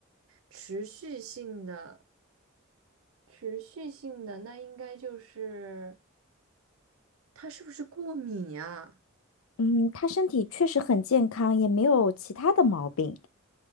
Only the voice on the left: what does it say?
嗯，他身体确实很健康，也没有其他的毛病。